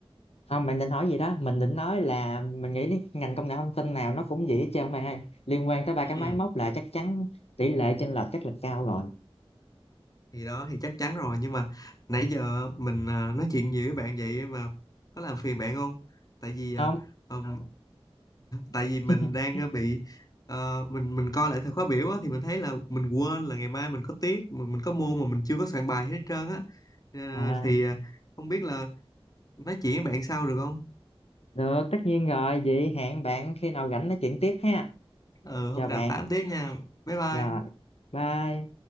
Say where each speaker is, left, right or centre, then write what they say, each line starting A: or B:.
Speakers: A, on the left (about 85°); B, on the left (about 40°).
A: không bạn định hỏi gì đó mình định nói là mình nghĩ đến ngành công nghệ thông tin nào nó cũng vậy hết trơn bạn ơi liên quan tới ba
B: Ừ.
A: cái máy móc là chắc chắn tỷ lệ chênh lệch chắc là cao rồi
B: thì đó thì chắc chắn rồi nhưng mà nãy giờ mình à, nói chuyện nhiều với bạn vậy mà có làm phiền bạn không tại vì à,
A: không
B: ừm, tại vì mình
A: <laughs>
B: đang à, bị ờ, mình mình coi lại thời khóa biểu á, thì mình thấy là mình quên là ngày mai mình có tiết mình, mình có môn mà mình chưa có soạn bài hết trơn á Ờ,
A: à
B: thì à, không biết là nói chuyện với bạn sau được không
A: được tất nhiên rồi vậy hẹn bạn khi nào rảnh nói chuyện tiếp ha
B: ừ hôm
A: chào bạn
B: nào 8 tiết nha bye bye
A: rồi bye